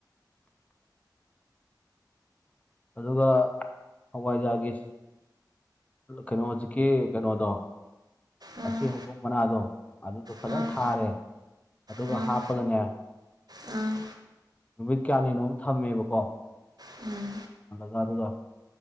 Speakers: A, on the left; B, on the right.
A: ꯑꯗꯨꯒ ꯍꯋꯥꯏꯖꯥꯒꯤ ꯀꯩꯅꯣ ꯖꯤꯛꯀꯤ ꯀꯩꯅꯣꯗꯣ
B: ꯎꯝ
A: ꯑꯁꯤ ꯍꯩꯕꯣꯡ ꯃꯅꯥꯗꯣ ꯑꯗꯨꯗꯣ ꯐꯖꯅ
B: ꯎꯝ
A: ꯊꯥꯔꯦ ꯑꯗꯨꯒ
B: ꯎꯝ
A: ꯍꯥꯞꯄꯒꯅꯦ
B: ꯑꯥ
A: ꯅꯨꯃꯤꯠ ꯀꯌꯥꯅꯤꯅꯣꯝ ꯊꯝꯃꯦꯕꯀꯣ
B: ꯎꯝ
A: ꯃꯊꯠꯂꯒ ꯑꯗꯨꯒ